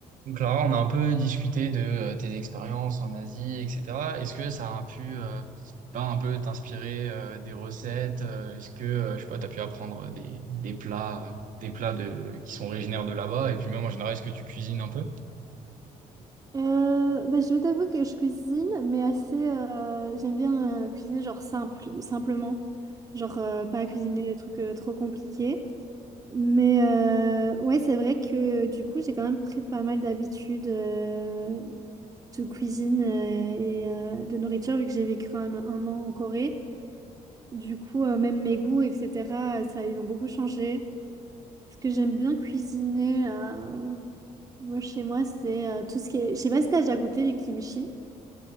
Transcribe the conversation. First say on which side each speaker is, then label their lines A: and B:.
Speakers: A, on the right (about 65°); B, on the right (about 25°).
A: Donc Clara, on a un peu discuté de euh, tes expériences en Asie, etc. Est-ce que ça a pu euh, ben, un peu t'inspirer euh, des recettes? euh, est-ce que euh, je sais pas, t'as pu apprendre des, des plats, euh, des plats de, qui sont originaires de là-bas? Et puis même en général, est-ce que tu cuisines un peu?
B: Euh, bah, je vais t'avouer que je cuisine, mais assez. euh, j'aime bien euh, cuisiner genre simple, simplement. Genre euh, pas cuisiner des trucs euh, trop compliqués. Mais euh, ouais, c'est vrai que du coup, j'ai quand même pris pas mal d'habitudes euh, de cuisine euh, et euh, de nourriture, vu que j'ai vécu quand même un an en Corée. Du coup, euh, même mes goûts, etc., ça, ils ont beaucoup changé. Ce que j'aime bien cuisiner euh, moi, chez moi, c'est euh, tout ce qui est. Je sais pas si t'as déjà goûté du kimchi.